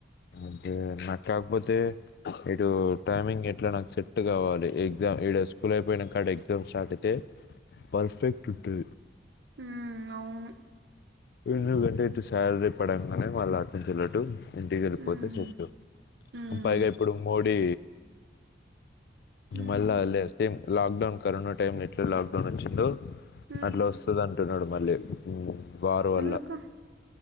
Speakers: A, on the left; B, on the right.
A: <unintelligible> కాకపోతే ఇటు టైమింగ్ ఎట్లా నాకు సెట్ సెట్ కావాలి ఎగ్జామ్ ఈడ స్కూల్ అయిపోయినంకాడ ఎగ్జామ్ స్టార్ట్ అయితే పర్ఫెక్ట్ ఉంటది
B: ఉమ్ అవును
A: నుకంటే ఇటు శాలరీ పడంగానే వాళ్ళు అచించలట్టు ఇంటికి వెళ్ళిపోతే
B: ఉమ్
A: సెట్టు
B: ఉమ్
A: పైగా ఇప్పుడు మోడీ
B: ఉమ్
A: మళ్ళా ఆలు లేస్తే లాక్డౌన్ కరోనా టైం ఎట్లా లాక్డౌన్ వచ్చిందో
B: ఉమ్
A: అట్లా వస్తుదన్ అంటున్నాడు మళ్ళీ వారు వల్ల
B: ఎందుకు